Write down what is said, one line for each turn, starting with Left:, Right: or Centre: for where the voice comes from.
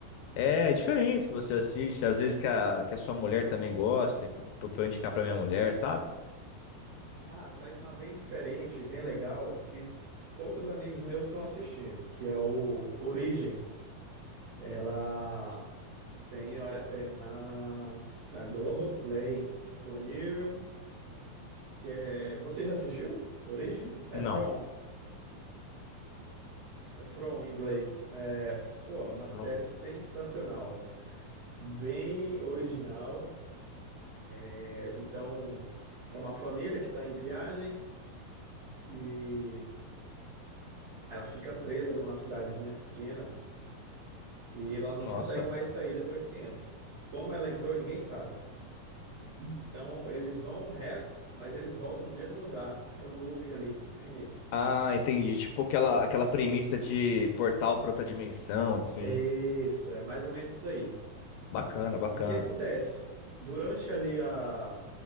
Left: é, diferentes que você assiste, às vezes que a, que a sua mulher também gosta, que, pra eu indicar pra minha mulher, sabe?
Right: Ah, tá aí uma bem diferente, bem legal, que poucos amigos meus estão assistindo, que é o Origem. Ela tem ó, é na, na Globoplay disponível, que é... Você já assistiu? Origem? É
Left: Não.
Right: From, é From em inglês. É, pô, é uma série
Left: Não.
Right: sensacional, bem original. É, então, é uma família que está em viagem e Ela fica presa numa cidadezinha pequena e ela não
Left: Nossa.
Right: consegue mais sair depois que entra. Como ela entrou, ninguém sabe. Então eles vão reto, mas eles voltam no mesmo lugar, fica no loop ali, infinito.
Left: Ah, entendi. Tipo aquela, aquela premissa de portal para outra dimensão, assim.
Right: É Isso, é mais ou menos isso daí.
Left: Bacana, bacana.
Right: E o que acontece? Durante ali a,